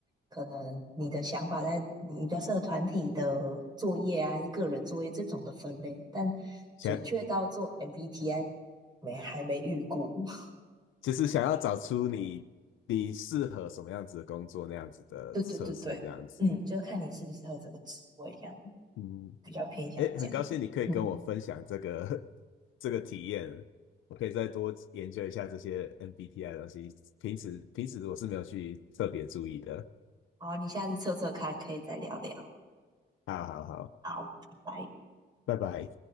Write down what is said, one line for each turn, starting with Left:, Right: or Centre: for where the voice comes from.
Right: 可能你的想法在你比较适合团体的作业啊，还是个人作业这种的分类，但准确到做
Left: 想
Right: MBTI 没还没遇过。<laughs>
Left: 就是想要找出你你适合什么样子的工作那样子的测试这样子，
Right: 对对对对，嗯，就看你适不适合这个职位，这样
Left: 嗯。
Right: 比较偏向这样。
Left: 诶，很高兴你可以跟我分享这个
Right: 嗯
Left: <laughs> 这个体验，我可以再多研究一下这些 MBTI 的东西，平时平时我是没有去特别注意的。
Right: 好，你下次测测看，可以再聊聊。
Left: 好好好，
Right: 好，拜拜。
Left: 拜拜。